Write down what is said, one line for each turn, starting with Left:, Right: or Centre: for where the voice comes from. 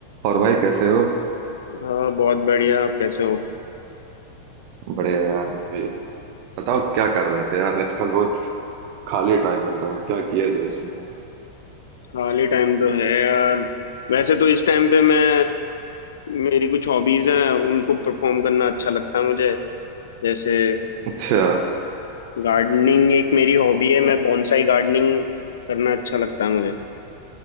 Right: और भाई कैसे हो
Left: हाँ बहुत बढ़िया आप कैसे हो
Right: बढ़िया यार मैं भी बताओ क्या कर रहे थे यार आजकल बहुत खाली टाइम मिल रहा है क्या किया जाए इसमें
Left: खाली टाइम तो है यार वैसे तो इस टाइम पे मैं मेरी कुछ हॉबीज हैं उनको परफॉर्म करना अच्छा लगता है मुझे जैसे
Right: अच्छा
Left: गार्डनिंग एक मेरी हॉबी है मैं बॉन्साई गार्डनिंग करना अच्छा लगता है मुझे